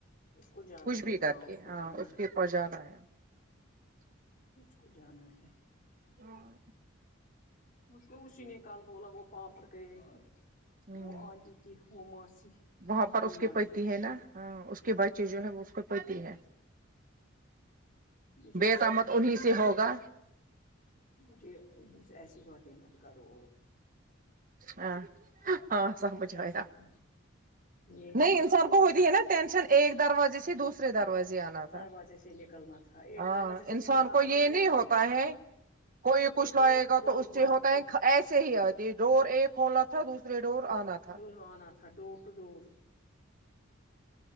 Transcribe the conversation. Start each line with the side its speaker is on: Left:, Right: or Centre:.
Left: اس کو جانا
Right: کچھ بھی
Left: ہے ہاں
Right: کر کے
Left: کو
Right: ہاں
Left: جانا
Right: اس کے
Left: ہے
Right: بس جانا ہے
Left: اس کو جانا ہے
Right: ہاں
Left: مجھ کو اسی نے کل بولا وہ پام پر گئے
Right: ہوں
Left: وہ آنٹی کی وہ ماسی
Right: وہاں پر
Left: بیمار
Right: اس کے پتی
Left: ہے
Right: نا ہاں اس کی بچے جو ہے وہ اس کو پڑتی ہے
Left: مجھے
Right: بیٹا
Left: اسی نے
Right: مت
Left: بولا
Right: انہی سے
Left: پھر
Right: ہوگا
Left: مجھے ایسی باتیں مت کرو
Right: ہاں ہاں سمجھ
Left: کیسے
Right: آ یا
Left: یہی
Right: نہیں انسان
Left: پھر
Right: کو ہوتی ہے نا ٹینشن ایک دروازے سے دوس دوسرا دروازے آنا
Left: دروازے
Right: تھا
Left: سے نکلنا تھا ایک
Right: ہاں
Left: دروازے سے
Right: انسان
Left: نکلنا
Right: کو
Left: تھا
Right: یہ
Left: دوسرے
Right: نہیں
Left: در
Right: ہوتا ہے کوئی کچھ
Left: یہ
Right: لائے
Left: ڈور ٹو
Right: گا
Left: ڈور
Right: تو اس
Left: بات
Right: سے ہوتا
Left: تھی
Right: ہے ایسے ہی آتی ہے ڈور ایک کاولاد تھ دوسرے ڈور آنا تھا
Left: دونوں آنا تھا ڈور ٹو ڈور